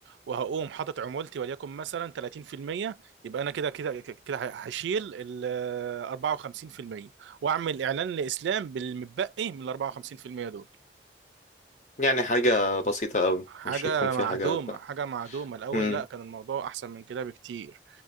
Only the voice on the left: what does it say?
يعني حاجة بسيطة قوي
مش هيكون في
حاجة بقى
امم